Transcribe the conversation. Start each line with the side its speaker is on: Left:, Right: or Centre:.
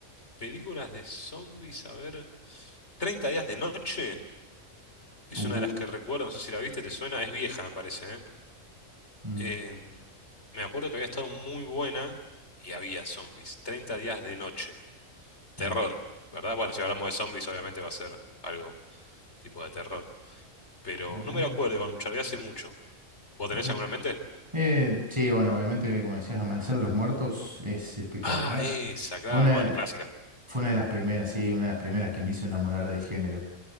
Left: películas de zombies, a ver. Treinta días de noche es
Right: Uh.
Left: una de las que recuerdo, no sé si la viste, te suena, es vieja, me parece, ¿eh?
Right: Mm,
Left: Em, me acuerdo que había estado muy buena y había zombies. Treinta días de noche. Terror,
Right: ah,
Left: ¿verdad? Bueno, si hablamos de zombies, obviamente va a ser algo tipo de terror. Pero
Right: mirá,
Left: no me lo acuerdo igual mucho, la vi hace mucho. ¿Vos tenés
Right: mirá.
Left: alguna en mente?
Right: Eh, sí, bueno, obviamente, como decías, Amanecer de los Muertos es espectacular.
Left: Ah, esa, claro,
Right: Fue una,
Left: bueno, clásica.
Right: fue una de las primeras, sí, una de las primeras que me hizo enamorar del género.